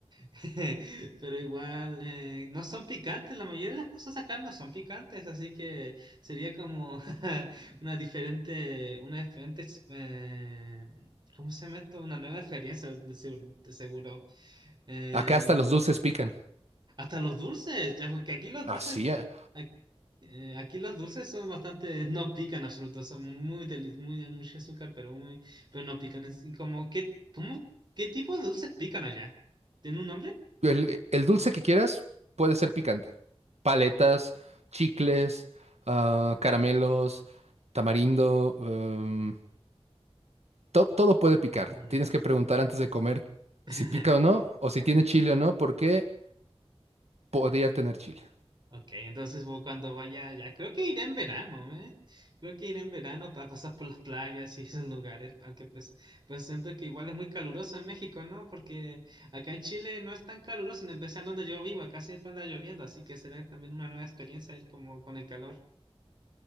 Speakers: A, on the right; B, on the right.
A: <laughs> pero igual eh, no son picantes, la mayoría de las cosas acá no son picantes, así que sería como <laughs> una diferente, una diferente, ex- eh, ¿cómo se llama esto? Una nueva experiencia de seguro. de seguro. Eh,
B: Acá hasta los dulces pican.
A: hasta los dulces, ya, porque aquí los dulces,
B: Así, ah,
A: ac- eh, aquí, los dulces son bastante, <laughs> no pican en absoluto, son muy, deli- muy, mucho azúcar, pero muy, pero no pican. Es como, ¿qué, cómo, qué tipo de dulces pican allá? ¿Tiene un nombre?
B: el, el dulce que quieras puede ser picante. Paletas, chicles, ah, caramelos, tamarindo, em, to- todo puede picar.
A: Mm.
B: Tienes que preguntar antes de comer
A: <laughs>
B: si pica o no, o si tiene chile o no, porque podría tener chile.
A: Ok, entonces bueno, cuando vaya allá, creo que iré en verano, ¿eh? Creo que iré en verano para pasar por las playas y esos lugares, aunque pues, pues siento que igual es muy caluroso en México, ¿no? Porque acá en Chile no es tan caluroso, en especial donde yo vivo, acá siempre anda lloviendo, así que será también una nueva experiencia ir como con el calor.